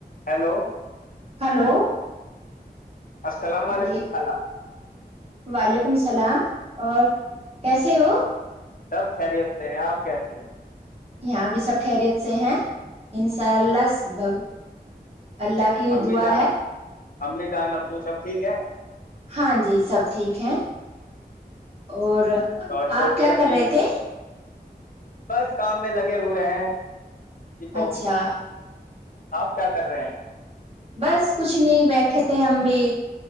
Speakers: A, on the left; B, on the right.
A: hello
B: hello
A: السلام علیکم
B: جی
A: الل
B: وعلیکم السلام اور کیسے ہو
A: تب خیریت سے ہیں آپ کیسے ہیں
B: یہاں بھی سب خیریت سے ہیں انشاء اللہ اللہ کی
A: امی
B: دعا
A: جان
B: ہے
A: امی جان ابو سب ٹھیک ہے
B: ہاں جی سب ٹھیک ہے اور
A: اور چھوٹی
B: آپ کیا
A: ابھی
B: کر رہے تھے
A: بس کام میں لگے ہوئے ہیں جی تو
B: اچھا
A: آپ کیا کر رہے ہیں
B: بس کچھ نہیں بیٹھے تھے ہم بھی